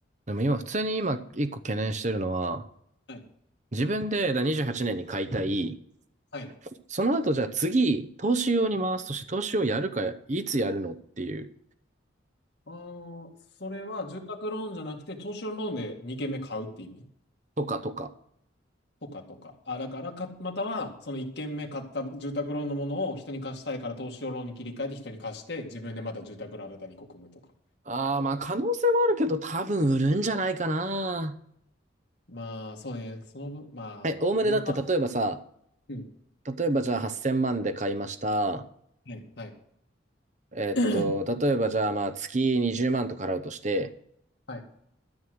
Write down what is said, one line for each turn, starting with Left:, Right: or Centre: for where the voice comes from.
Right: でも今、普通に今、一個懸念してるのは、
Left: はい。
Right: 自分でだ28年に買いたい、
Left: はい。
Right: その後じゃあ次、投資用に回すとして、投資をやるか、いつやるのっていう、
Left: あーそれは住宅ローンじゃなくて、投資用ローンで2軒目買うって意味
Right: とかとか。
Left: とかとか。あ、だからか、または、その1軒目買った住宅ローンのものを人に貸したいから投資用ローンに切り替えて人に貸して、自分でまた住宅ローン新たにこう組むとか。
Right: ああ、まあ可能性はあるけど、多分売るんじゃないかな。
Left: まあ、そうね。その分、まあ、
Right: え、おおむねだって例えばさ、
Left: 利回りうん。
Right: 例えばじゃあ8000万で買いました。
Left: はい。はい。
Right: えっと、
Left: <coughs>
Right: 例えばじゃあまあ月20万とか払うとして、
Left: <clears throat> はい。